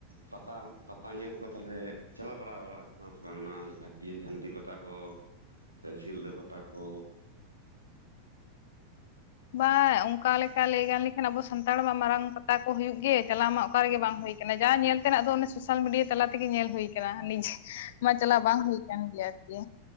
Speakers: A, on the right (about 80°); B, on the left (about 55°).
A: ᱯᱟᱛᱟᱢ ᱯᱟᱛᱟ ᱧᱮᱞ ᱠᱚ ᱛᱟᱞᱦᱮ ᱪᱟᱞᱟᱣ ᱵᱟᱲᱟ ᱵᱟᱲᱟᱣ ᱟᱠᱟᱱᱟᱢ ᱥᱮ ᱵᱟᱝ ᱱᱟᱝ ᱡᱷᱟᱹᱱᱴᱤ ᱯᱟᱛᱟ ᱠᱚ? ᱥᱮ ᱥᱤᱞᱫᱟᱹ ᱯᱟᱛᱟ ᱠᱚ?
B: ᱵᱟᱝ ᱚᱝᱠᱟ ᱞᱮᱠᱟ ᱞᱟᱹᱭ ᱜᱟᱱ ᱞᱮᱠᱷᱟᱱ ᱟᱵᱚ ᱥᱟᱱᱛᱟᱲ ᱢᱟ ᱢᱟᱨᱟᱝ ᱯᱟᱛᱟ ᱠᱚ ᱦᱩᱭᱩᱜ ᱜᱮ ᱪᱟᱞᱟᱣ ᱢᱟ ᱚᱠᱟ ᱨᱮᱜᱮ ᱵᱟᱝ ᱦᱳᱭ ᱟᱠᱟᱱᱟ ᱡᱟ ᱧᱮᱞ ᱛᱮᱱᱟᱜ ᱫᱚ ᱚᱱᱮ ᱥᱳᱥᱟᱞᱢᱤᱰᱤᱭᱟ ᱛᱟᱞᱟ ᱛᱮᱜᱮ ᱧᱮᱞ ᱦᱳᱭᱠᱟᱱᱟ <unintelligible> ᱾ ᱥ-ᱩ-ᱜ, ᱢᱟ ᱪᱟᱞᱟᱣ ᱵᱟᱝ ᱦᱩᱭ ᱠᱟᱱ ᱜᱮᱭᱟ ᱟᱨᱠᱤ᱾